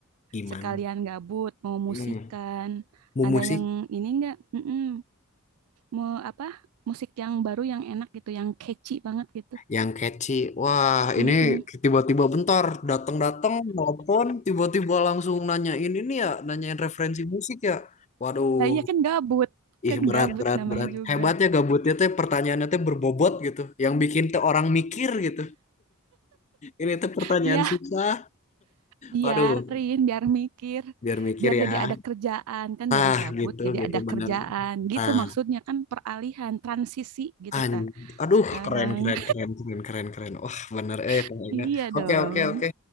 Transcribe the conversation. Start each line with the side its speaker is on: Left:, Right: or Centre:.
Left: Gimana?
Right: Sekalian gabut, mau
Left: Hmm,
Right: musikan.
Left: mau
Right: Ada
Left: musik
Right: yang ini enggak? Mm-mm. Mau apa? Musik yang baru yang enak gitu, yang catchy banget gitu.
Left: yang catchy. Wah, ini
Right: Mm-mm.
Left: tiba-tiba bentar datang-datang telepon, tiba-tiba langsung nanyain ini ya, nanyain referensi musik ya. Waduh,
Right: Lah iya kan gabut,
Left: ih
Right: kan
Left: berat
Right: gabut
Left: berat
Right: namanya
Left: berat.
Right: juga.
Left: Hebatnya gabutnya teh pertanyaannya teh berbobot gitu, yang bikin teh orang mikir gitu. Ini tuh pertanyaan
Right: Iya,
Left: susah
Right: biarin
Left: Waduh,
Right: biar mikir
Left: biar mikir
Right: biar
Left: ya.
Right: jadi ada kerjaan kan
Left: Tah
Right: dari gabut
Left: gitu
Right: jadi
Left: gitu
Right: ada kerjaan
Left: bener.
Right: gitu
Left: Nah,
Right: maksudnya kan peralihan transisi gitu
Left: an
Right: ta
Left: aduh
Right: sekarang
Left: keren keren keren keren keren keren. Wah, bener eh Kang
Right: <laughs>
Left: Ega.
Right: iya
Left: Oke
Right: dong
Left: oke oke.